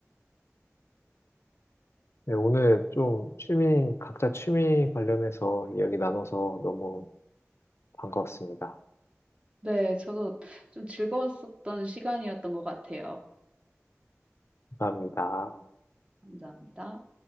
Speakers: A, on the left; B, on the right.
A: 네, 오늘 좀 취미, 각자 취미 관련해서 이야기 나눠서 너무 반가웠습니다.
B: 네, 저도 좀 즐거웠었던 시간이었던 것 같아요.
A: 감사합니다.
B: 감사합니다.